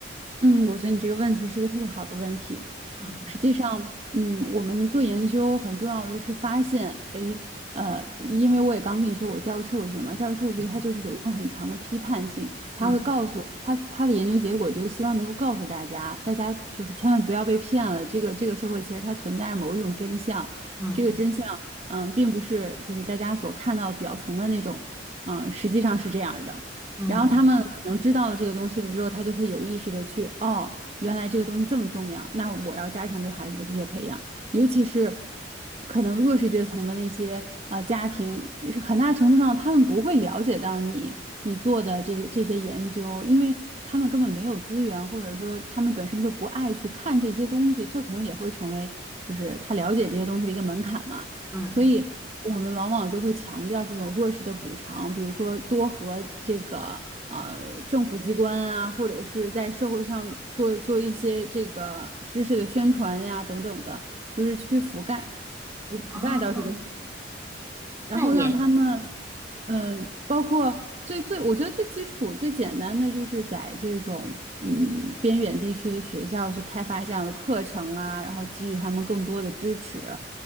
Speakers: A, on the right; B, on the right.
A: 嗯，我觉得你这个问题是一个特别好的问题。
B: 嗯
A: 实际上，嗯，我们做研究很重要的是发现，诶，呃，因为我也刚跟你说我是教育社会学嘛，教育社会学它就是有一种很强的批判性，
B: 嗯
A: 它会告诉它它的研究结果就是希望能够告诉大家，
B: 嗯
A: 大家就是千万不要被骗了，这个这个社会其实它存在着某一种真相，
B: 嗯
A: 这个真相，嗯，并不是就是大家所看到表层的那种，嗯，实际上是这样儿的。
B: 嗯
A: 然后他们可能知道了这个东西了之后，他就会有意识的去，哦，原来这个东西这么重要，那我要加强对孩子的这些培养，尤其是可能弱势阶层的那些呃家庭，是很大程度上他们不会了解到你你做的这个这些研究，因为他们根本没有资源，或者说他们本身就不爱去看这些东西，这可能也会成为就是他了解这些东西的一个门槛嘛。
B: 嗯，
A: 所以我们往往就会强调这种弱势的补偿，比如说多和这个呃政府机关啊，或者是在社会上做做一些这个知识的宣传呀等等的，就是去覆盖覆覆盖到这个，
B: 哦，
A: 然后让他们
B: 那也
A: 嗯、呃包括最最我觉得最基础最简单的就是在这种。嗯，边远地区的学校去开发这样的课程啊，然后给予他们更多的支持。